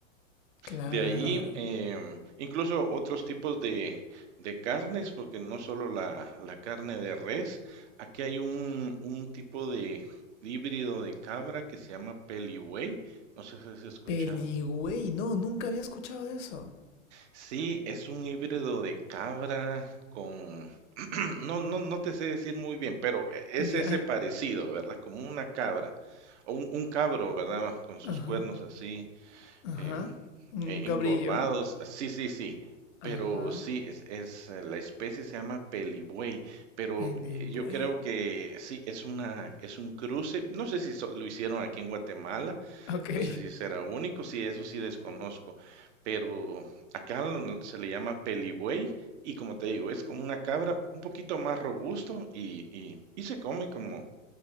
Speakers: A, on the left (about 60°); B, on the right (about 55°).
A: Claro.
B: De ahí, em, incluso otros tipos de, de carnes, porque no solo la, la carne de res, aquí hay un, un tipo de híbrido de cabra que se llama pelibuey, no sé si has escuchado.
A: Peligüey, no, nunca había escuchado de eso.
B: Sí, es un híbrido de cabra con... <clears throat> No, no, no te sé decir muy bien, pero e,
A: Ya.
B: es ese parecido, ¿verdad? Como una cabra, o un, un cabro, ¿verdad? Con sus
A: Ajá.
B: cuernos así,
A: Ajá.
B: eh,
A: Un
B: eh,
A: cabrillo.
B: encorvados, sí, sí, sí,
A: Ajá.
B: pero sí, es, es, eh, la especie se llama pelibuey, pero
A: Pelibuey.
B: eh, yo creo que sí, es una, es un cruce, no sé si so- lo hicieron aquí en Guatemala,
A: Ok.
B: no sé si será único, sí, eso sí desconozco, pero acá lo- se le llama pelibuey y como te digo, es como una cabra un poquito más robusto y, y, y se come como,